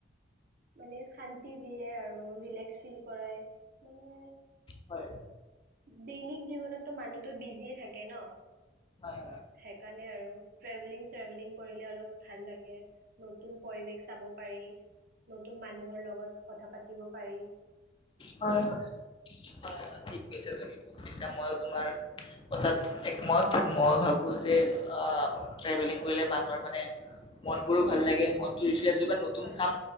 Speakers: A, on the right; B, on the left.
A: মানে শান্তি দিয়ে আৰু ৰিলেক্স ফীল কৰায়, মানে
B: হয়।
A: দৈনিক জীৱনত টো মানুহটো বিজি এ থাকে ন।
B: হয়
A: হেইকাৰণে আৰু ট্ৰেভেলিং শ্ৰেভেলিং কৰি তেওঁলোক ভাল লাগে নতুন পৰিৱেশ চাব পাৰি নতুন মানুহৰ লগত। কথা পাতিব পাৰি
B: হয় হয়, হয় হয় ঠিক কৈছা তুমি। <unintelligible> কৈছা মইয়ো তোমাৰ কথাত একমত, মই ভাবোঁ যে অ' ট্ৰেভেলিং কৰিলে মানুহৰ মানে মনবোৰো ভাল লাগে, মনটো ৰিফ্ৰেছ কিবা নতুন
A: হয়
B: কাম